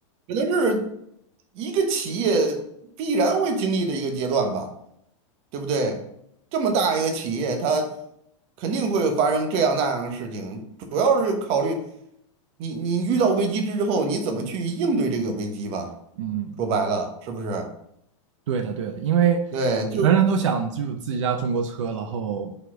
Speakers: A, on the right; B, on the right.
A: 可能是一个企业必然会经历的一个阶段吧，对不对？这么大一个企业，它肯定会发生这样那样的事情，主要是考虑你你遇到危机之后，你怎么去应对这个危机吧。
B: 嗯。
A: 说白了，是不是？
B: 对的，对的，因为
A: 对，就
B: 人人都想只有自己家中国车，然后